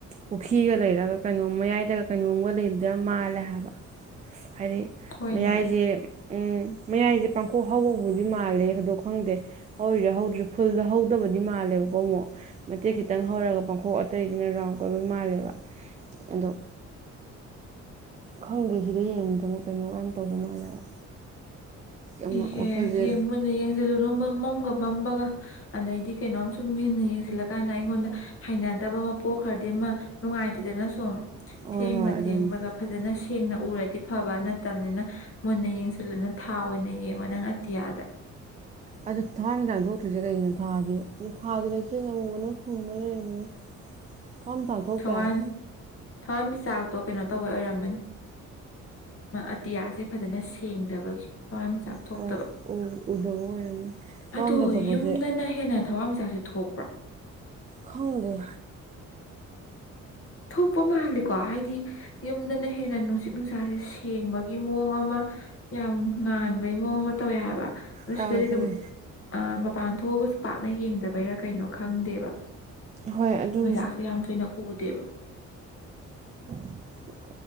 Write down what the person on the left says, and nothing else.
ꯍꯣꯏꯅꯦ
<inaudible>
<unintelligible>
ꯏꯍꯦ
ꯌꯦ ꯃꯅꯦ ꯌꯦ ꯜꯂꯨ ꯃꯝꯒ ꯃꯃꯒ ꯑꯗꯩꯗꯤ ꯀꯩꯅꯣꯝ ꯁꯨꯝ ꯃꯤꯅ ꯌꯦꯡꯁꯤꯜꯂꯀꯥꯟꯗ ꯑꯩꯉꯣꯟꯗ ꯍꯥꯏꯅ ꯗꯕ ꯑꯃ ꯄꯣꯛꯈ꯭ꯔꯗꯤ ꯑꯃ ꯅꯨꯡꯉꯥꯏꯇꯦꯗꯅ ꯁꯨꯝ
ꯊꯦꯡꯕ
ꯊꯦꯡꯕꯒ ꯐꯖꯅ ꯁꯦꯡꯅ ꯎꯔꯗꯤ ꯐꯕ ꯅꯠꯇꯕꯅꯤꯅ ꯃꯨꯟꯅ ꯌꯦꯡꯁꯤꯜꯂꯨꯅ ꯊꯥ ꯑꯣꯏꯅ ꯌꯦꯡꯉꯣ ꯅꯪ ꯑꯇꯤꯌꯥꯗ
<inaudible>
ꯊꯋꯥꯟ ꯊꯋꯥꯟꯃꯤꯆꯥꯛꯇꯣ ꯀꯩꯅꯣ ꯇꯧꯕꯩ ꯑꯣꯏꯔꯝꯃꯅꯤ ꯑꯇꯤꯌꯥꯁꯦ ꯐꯖꯅ ꯁꯦꯡꯗꯕꯒꯤ ꯊꯋꯥꯟꯃꯤꯆꯥꯛ ꯊꯣꯛꯇꯕ
ꯑꯗꯣ
ꯌꯨꯝꯗꯅ ꯍꯦꯟꯅ ꯊꯋꯥꯟꯃꯤꯆꯥꯛꯁꯦ ꯊꯣꯛ
ꯊꯣꯛꯄ ꯃꯥꯜꯂꯤꯀꯣ ꯍꯥꯏꯗꯤ ꯌꯨꯝꯗꯅ ꯍꯦꯟꯅ ꯅꯨꯡꯁꯤꯠ ꯅꯨꯡꯁꯥꯁꯦ ꯁꯦꯡꯕꯒꯤ ꯃꯑꯣꯡ ꯑꯃ ꯌꯥꯝ ꯉꯥꯟꯕꯩ ꯃꯑꯣꯡ ꯑꯃ ꯇꯧꯋꯦ ꯍꯥꯏꯕ ꯑꯗꯣ
ꯁꯤꯗꯗꯤ ꯑꯗꯨꯝ
ꯑ ꯃꯄꯥꯟ ꯊꯣꯛꯑꯒꯁꯨ ꯄꯥꯛꯅ ꯌꯦꯡꯗꯕꯩꯔꯥ ꯀꯩꯅꯣ ꯈꯪꯗꯦꯕ
ꯃꯥꯥꯁꯦ ꯌꯥꯝ ꯊꯣꯏꯅ ꯎꯗꯦꯕ